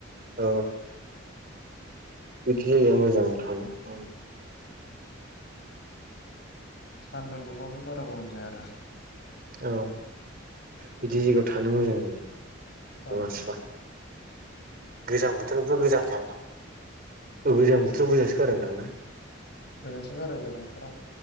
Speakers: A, on the right (about 45°); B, on the left (about 55°).
A: औ बिदि जायगाया मोजां थानो माबायदि
B: सान्दुं दुंबाबो बारा गरम जाया आरो।
A: औ बिदि जायगायाव थानो मोजां जायो दुङा
B: औ
A: सुवा। गोजां बोथोरफोराव गोजां खायानदां औ गोजां बोथोराव गोजांसो गारोनदां ना?
B: गोजांसोगारो गोजां बोथोराव।